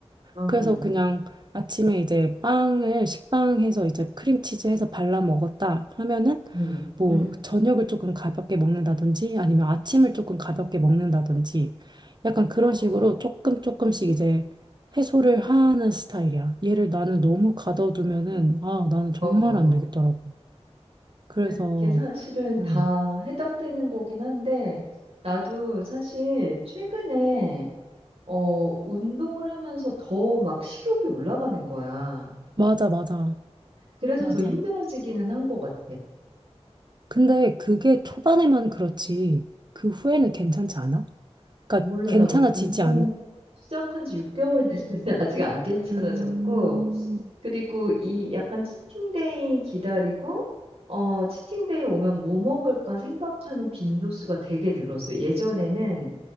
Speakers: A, on the right; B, on the right.
A: 음,
B: 그래서
A: 음,
B: 그냥 아침에 이제 빵을 식빵해서 이제 크림치즈 해서 발라 먹었다 하면은
A: 음,
B: 뭐
A: 음, 음.
B: 저녁을 조금 가볍게 먹는다든지 아니면 아침을 조금 가볍게 먹는다든지 약간 그런
A: 어,
B: 식으로
A: 어,
B: 조금 조금씩 이제 해소를 하는 스타일이야. 얘를 나는 너무 가둬두면은 아, 나는 정말
A: 어, 어.
B: 안 되겠더라고. 그래서
A: 그래, 이게 사실은
B: 음,
A: 다 해당되는 거긴 한데, 나도 사실 최근에, 어, 운동을 하면서 더 막 식욕이 올라가는 거야.
B: 맞아, 맞아,
A: 그래서
B: 맞아.
A: 더 힘들어지기는 한 것 같아.
B: 근데 그게
A: 이-
B: 초반에만 그렇지 그 후에는 괜찮지 않아? 그러니까
A: 몰라,
B: 괜찮아지지
A: 나 운- 운동
B: 않아?
A: 시작한 지 6개월 됐는데 <laughs> 아직 안 괜찮아졌고,
B: 음,
A: 그리고 이 약간 치팅데이 기다리고, 어, 치팅데이 오면 뭐 먹을까 생각하는 빈도수가 되게 늘었어요. 예전에는